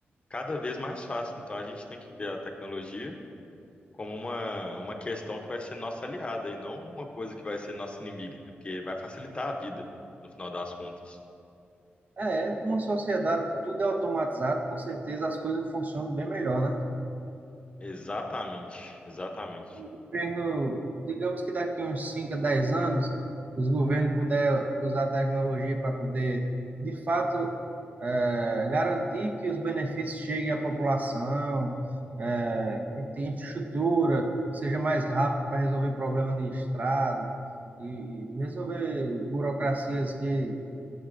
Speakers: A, on the left; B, on the right.
A: cada vez mais fácil. Então a gente tem que ver a tecnologia como uma, uma questão que vai ser nossa aliada e não uma coisa que vai ser nossa inimiga, né, porque vai facilitar a vida, no final das contas.
B: É, uma sociedade que tudo é automatizado, com certeza as coisas funcionam bem melhor, né?
A: Exatamente, exatamente.
B: governo, digamos que daqui uns 5 a 10 anos, os governos puder usar a tecnologia para poder, de fato, eh, garantir que os benefícios cheguem à população, eh, e tenha infraestrutura, seja mais rápido para resolver problemas de estrada e resolver burocracias que